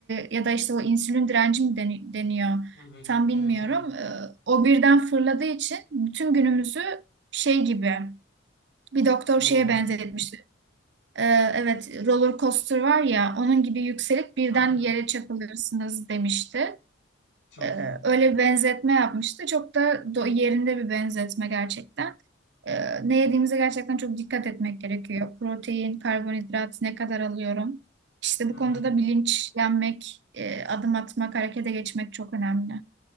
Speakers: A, on the right; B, on the left.
A: ya da işte o insülin direnci mi deni- deniyor
B: Evet,
A: tam
B: evet,
A: bilmiyorum.
B: evet.
A: Ee, o birden fırladığı için bütün günümüzü şey gibi bir doktor
B: Yorgun.
A: şeye benzetmişti. Ee, evet roller coaster var ya onun gibi yükselip birden
B: Ha ha.
A: yere çakılırsınız demişti.
B: Çok
A: Ee,
B: iyi.
A: öyle bir benzetme yapmıştı. Çok da do- yerinde bir benzetme gerçekten. Ee, ne yediğimize gerçekten çok dikkat etmek gerekiyor. Protein, karbonhidrat ne kadar alıyorum? İşte
B: Hı
A: bu konuda
B: hı.
A: da bilinçlenmek, e, adım atmak, harekete geçmek çok önemli.